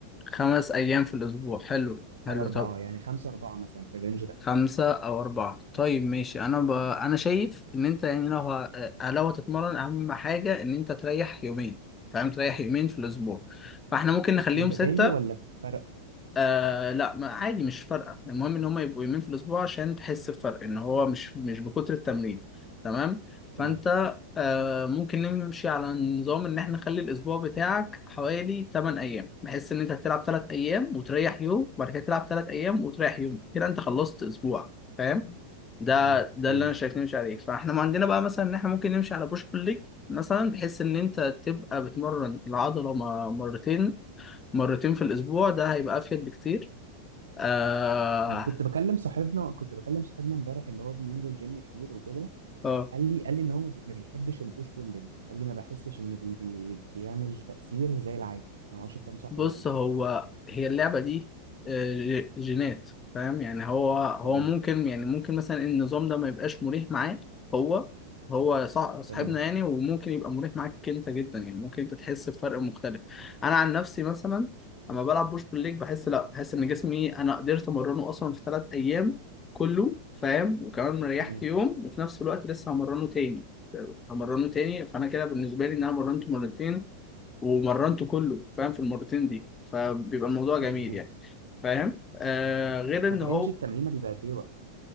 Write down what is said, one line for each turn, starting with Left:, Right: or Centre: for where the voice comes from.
Left: خمس ايام في الاسبوع حلو حلو
Right: او اربعه
Left: طب
Right: يعني خمسه اربعه مثلا في الرينج ده
Left: خمسة أو أربعة طيب ماشي أنا ب... أنا شايف إن أنت يعني لو ه... آه، لو هتتمرن أهم حاجة إن أنت تريح يومين فاهم تريح يومين في الأسبوع فإحنا ممكن نخليهم
Right: متتالي
Left: ستة
Right: ولا بفرق
Left: آه لا ما عادي مش فارقة المهم ان هم يبقوا يومين في الاسبوع عشان تحس بفرق ان هو مش مش بكتر التمرين تمام فانت
Right: تمام
Left: آه ممكن نمشي على نظام ان احنا نخلي الاسبوع بتاعك حوالي 8 ايام بحيث ان انت هتلعب 3 ايام وتريح يوم وبعد كده تلعب 3 ايام وتريح يوم كده انت خلصت اسبوع فاهم ده
Right: تمام
Left: ده
Right: تمام
Left: اللي انا شايف نمشي عليه فاحنا ما عندنا بقى مثلا ان احنا ممكن نمشي على بوش بول ليج مثلا بحيث ان انت تبقى بتمرن العضلة م- مرتين مرتين في الأسبوع ده هيبقى أفيد بكتير آه
Right: انا كنت بكلم صاحبنا كنت بكلم صاحبنا امبارح اللي هو بينزل جيم كتير وكده
Left: آه
Right: قال لي قال لي ان هو ما بي- ما بيحبش البوش بول ليج قال لي ما بحسش انه بي بي بيعمل تاثير زي العادي انا ما اعرفش الكلام صح
Left: بص
Right: ولا غلط
Left: هو هي اللعبة دي آه، ج- جينات فاهم يعني هو هو
Right: تمام
Left: ممكن يعني ممكن مثلا النظام ده ما يبقاش مريح معاه هو هو صاح- صاحبنا
Right: تمام
Left: يعني وممكن يبقى مريح معاك انت جدا يعني ممكن انت تحس بفرق مختلف انا عن نفسي مثلا اما بلعب بوش بول ليج بحس لا بحس ان جسمي انا قدرت امرنه اصلا في ثلاث ايام كله فاهم وكمان ريحت
Right: تمام
Left: يوم وفي نفس الوقت لسه همرنه تاني آه، همرنه تاني فانا كده بالنسبه لي ان انا مرنته مرتين ومرنته كله فاهم في المرتين دي فبيبقى الموضوع جميل
Right: مظبوط
Left: يعني فاهم آه غير ان
Right: طب
Left: هو
Right: رينج التمرين بيبقى قد ايه وقت